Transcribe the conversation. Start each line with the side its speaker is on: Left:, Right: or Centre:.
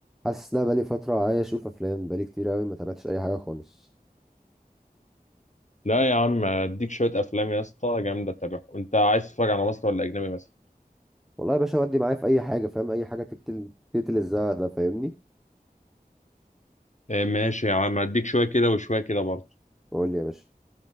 Centre: حاسس ان انا بقالي فتره عايز اشوف افلام بقالي كتير قوي ما تابعتش اي حاجه خالص
Left: لا يا عم اديك شويه افلام يا اسطى جامده تتابعهم انت عايز تتفرج على مصري ولا اجنبي مثلا
Centre: والله يا باشا ودي معايا في اي حاجه فاهم اي حاجه تقتل تقتل الزهق ده فاهمني
Left: آه، ماشي يا عم اديك شويه كده وشويه كده برضه
Centre: قول لي يا باشا